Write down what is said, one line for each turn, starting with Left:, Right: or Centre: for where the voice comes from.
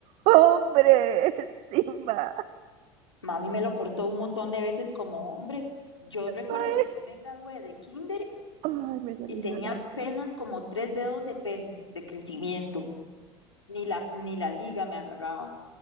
Right: hombre, Simba.
Left: Mami me lo cortó un montón de veces como hombre. Yo recuerdo
Right: Mae,
Left: que yo me gradué de kinder
Right: ay, me salió
Left: y tenía
Right: una lágrima.
Left: apenas como tres dedos de pelo de crecimiento. Ni la, ni la liga me agarraba.